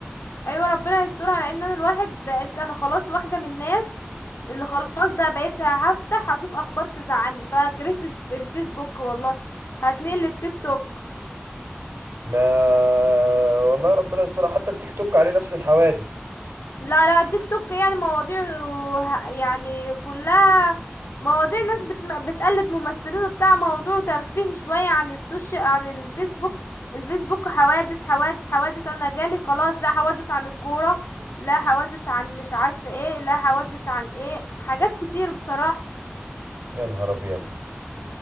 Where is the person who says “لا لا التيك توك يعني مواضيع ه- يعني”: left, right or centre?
Left